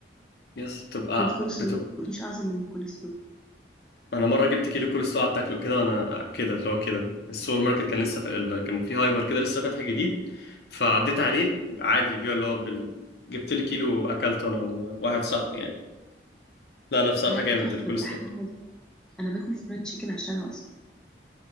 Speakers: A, on the left; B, in the centre.
A: يس بتبقى
B: والكول سلو
A: بتبقى
B: مفيش اعظم من الكول سلو
A: انا مره جبت كيلو كولسلو قعدت اكله كده وانا كده اللي هو كده السوبر ماركت كان لسه في ال... كان في هايبر كده لسه فاتح جديد فعديت عليه عادي بيبيع اللي هو بال... جبت لي كيلو اكلته انا وواحد صاحبي يعني لا لا بصراحه
B: لا
A: جامد
B: دي تحفه
A: الكولسلو
B: دي احلى حاجه انا باكل فرايد تشيكن عشانها اصلا